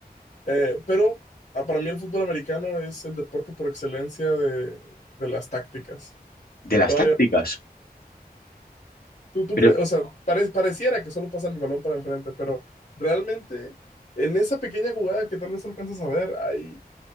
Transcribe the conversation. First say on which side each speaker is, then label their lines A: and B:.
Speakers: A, on the left; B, on the left.
A: Eh, pero ah, para mí el fútbol americano es el deporte por excelencia de, de las tácticas.
B: de las
A: Todavía,
B: tácticas.
A: tú, tú
B: Pero,
A: crees, o sea, pare- pareciera que solo pasan el balón para enfrente, pero realmente en esa pequeña jugada que tal vez alcanzas a ver, hay